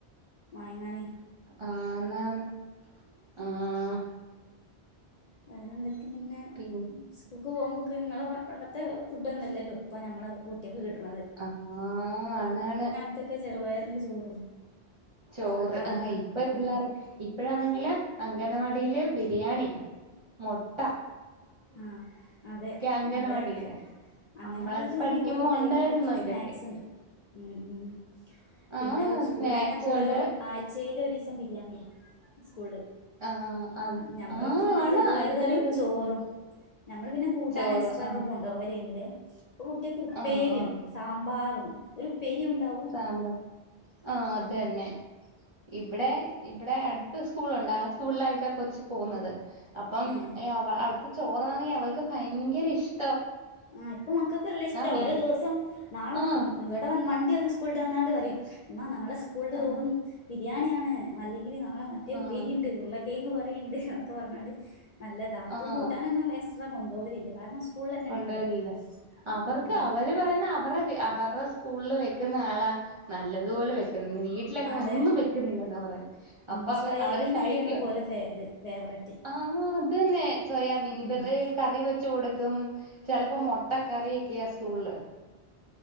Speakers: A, on the left; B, on the right.
A: വയങ്ങാനേ
B: ആന്നാന്ന് ആഹ്
A: വേറെന്തെക്കെ പിന്നെ
B: പിൻ
A: സ്കൂൾക്ക് പോകുമ്പോക്കെ നിങ്ങളെ പ പണ്ടത്തെ ഫുഡ് ഒന്നും അല്ലല്ലോ ഇപ്പൊ ഞമ്മള കുട്ടിയക്ക് കിട്ടണന്നത്
B: ആഹ് ആണാണ്
A: ത്തെക്കെ ചെറുപയറിന്റെ ചോറും.
B: ചോറ്
A: സാധാ
B: ആഹ് ഇപ്പ
A: ആഹ്
B: പിള്ളേർക്ക് ഇപ്പഴാന്നെങ്കില് അംഗനവാടിയില് ബിരിയാണി മുട്ട
A: ആഹ് അതെ
B: അംഗനവാടിയില്
A: അതെ. അങ്ങനവാടയില്
B: നമ്മളൊക്കെ പഠിക്കുമ്പോ
A: അയ്ന് ഓരോ ടൈമ്
B: ഉണ്ടായിരുന്നോ
A: വെച്ച്
B: ഇതൊക്കെ
A: സ്നാക്സിണ്ട് ഉം പിന്ന
B: ആഹ്
A: ഔ സ്കൂൾലന്നെ.
B: സ്നാക്സ്
A: ഇപ്പോരോ
B: ഉണ്ട്
A: ആഴ്ച്ചേല് ഒരു ദിവസം ബിരിയാണിയാ സ്കൂൾല്
B: ആഹ് ആഹ്
A: ഞമ്മള്
B: ആഹ്
A: പഠിച്ചിനന്ന്
B: ആണ്
A: ചെറുപയർ
B: ആഴ്ചയിൽ
A: കറിം
B: ഒരു ദിവസം
A: ചോറും. നമ്മള് പിന്നെ കൂട്ടാന്
B: ചോറ്
A: എക്സ്ട്രാ
B: ആഹ്
A: ഒക്കെ കൊണ്ടോവലേനി ലേ ഇപ്പൊ കുട്ടിയക്ക് ഉപ്പേരിം
B: ആഹ് ആഹ്
A: സാമ്പാറും ഒരു ഉപ്പേരിയുണ്ടാവും.
B: സാമ്പാർ ആ അതെന്നെ. ഇവടെ ഇവടെ അട്ത്ത സ്കൂളുണ്ട് ആ സ്കൂൾല ഇവടെ കൊച്ച് പോവുന്നത്. അപ്പം
A: ഏഹ്
B: അവ്ട്ത്തെ ചോറാണെങ്കി അവൾക്ക് ഭയങ്കര ഇഷ്
A: ആ ഇപ്പൊ മക്കൾക്കെല്ല ഇഷ്ട
B: വീ
A: ഓരോ ദിവസം നാളെ.
B: ആഹ്
A: ഇവടെ വ മണ്ടി വന്ന് സ്കൂൾ ട്ട് വന്നാണ്ട് പറിം മ്മാ നാളെ സ്കൂൾള്
B: ആഹ്
A: വെറും ബിരിയാണിയാണ് അല്ലെങ്കില് നാളെ മറ്റേ ഉപ്പേരിയ്ണ്ട്
B: ആഹ്
A: ഉർളകെങ്ങ് പറീണ്ട് ന്നക്കെ പർഞ്ഞാണ്ട്. നല്ലതാ ഇപ്പൊ
B: ആഹ്
A: കൂട്ടാനൊന്നും എക്സ്ട്രാ കൊണ്ടോവലില്ല കാരണം. സ്കൂളിൽ തന്നെ
B: കൊണ്ടോവലില്ല
A: ഉണ്ടല്ലോ
B: അവർക്ക്
A: ഉം
B: അവര് പറയുന്ന അവര്ടെ അവര സ്കൂൾല് വെക്കുന്ന ആളാ. നല്ലതുപോലെ വെക്കുന്ന് വീട്ടിലങ്ങും
A: അതെ
B: ഒന്നും വെക്കുന്നില്ലെന്നാ പറയ
A: ഉം
B: അപ്പ അവ
A: സോയാബീനൊക്കെയാണ്
B: അവര് കഴിക്കൊ
A: പോലെ ഫേ ഇത് ഫേവററ്റ്
B: ആ അതന്നെ സോയാബീൻ
A: ഉം
B: ഇവര്ടെ കറി വെച് കൊടു ക്കും ചെലപ്പോ മൊട്ടക്കറി ഒക്കെയ സ്കൂൾല്.